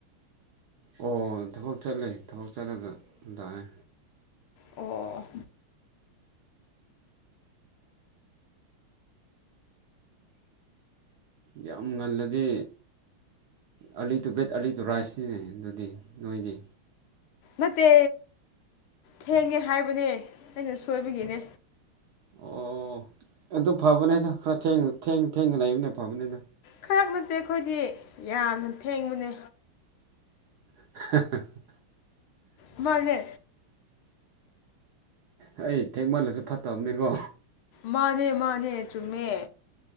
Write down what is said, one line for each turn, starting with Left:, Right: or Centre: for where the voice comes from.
Right: ꯑꯣ ꯊꯕꯛ ꯆꯠꯂꯦ ꯊꯕꯛ ꯆꯠꯂꯒ ꯂꯥꯛꯑꯦ
Left: ꯑꯣ
Right: ꯌꯥꯝ ꯉꯜꯂꯗꯤ early to bed early to ꯔꯥꯏꯁꯁꯤꯅꯦ ꯑꯗꯨꯗꯤ ꯅꯣꯏꯗꯤ
Left: ꯅꯠꯇꯦ ꯊꯦꯡꯉꯦ ꯍꯥꯏꯕꯅꯦ ꯑꯩꯅ ꯁꯣꯏꯕꯒꯤꯅꯦ
Right: ꯑꯣ ꯑꯗꯨ ꯐꯕꯅꯦꯗ ꯈꯔ ꯊꯦꯡꯉ ꯊꯦꯡ ꯊꯦꯡꯉ ꯂꯩꯕꯅꯦ ꯐꯕꯅꯤꯗ
Left: ꯈꯔꯛ ꯅꯠꯇꯦ ꯑꯩꯈꯣꯏꯗꯤ ꯌꯥꯝꯅ ꯊꯦꯡꯕꯅꯦ
Right: <unintelligible>
Left: ꯃꯥꯅꯦ
Right: ꯍꯩ ꯊꯦꯡꯃꯜꯂꯁꯨ ꯐꯠꯇꯕꯅꯤꯀꯣ
Left: ꯃꯥꯅꯦ ꯃꯥꯅꯦ ꯆꯨꯝꯃꯦ